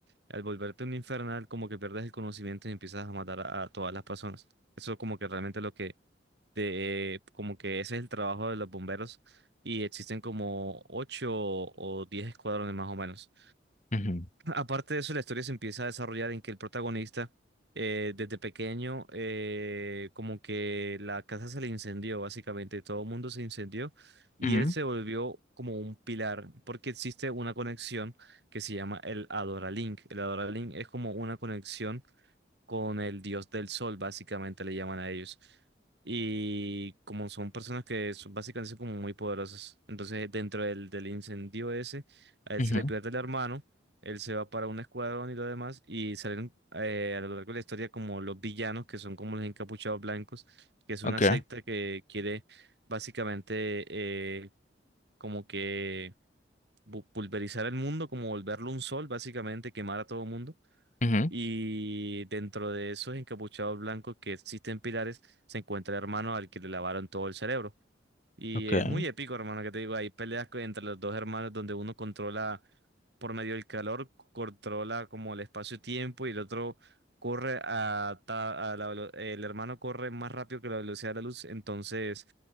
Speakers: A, on the right; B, on the left.
A: Al volverte un infernal, como que pierdes el conocimiento y empiezas a matar a, a todas las personas. Eso es como que realmente lo que te, eh, como que ese es el trabajo de los bomberos y existen como ocho o diez escuadrones más o menos.
B: ujú,
A: Aparte de eso, la historia se empieza a desarrollar en que el protagonista, eh, desde pequeño, eh, como que la casa se le incendió, básicamente, todo el mundo se incendió y
B: ujú,
A: él se volvió como un pilar, porque existe una conexión que se llama el Adoralink. El Adoralink es como una conexión con el dios del sol, básicamente le llaman a ellos. Y como son personas que son- básicamente son como muy poderosas, entonces dentro del, del incendio ese, a él
B: ujú,
A: se le pierde el hermano, él se va para un escuadrón y lo demás, y salen eh, a lo largo de la historia como los villanos, que son como los encapuchados blancos, que es
B: okay,
A: una secta que quiere básicamente eh, como que bu- pulverizar el mundo, como volverlo un sol, básicamente quemar a todo mundo.
B: ujú,
A: Y dentro de esos encapuchados blancos que existen pilares, se encuentra el hermano al que le lavaron todo el cerebro. Y
B: okay,
A: es muy épico, hermano, que te digo, hay peleas que entre los dos hermanos donde uno controla por medio del calor, controla como el espacio-tiempo y el otro corre a, ta- a la velo- el hermano corre más rápido que la velocidad de la luz, entonces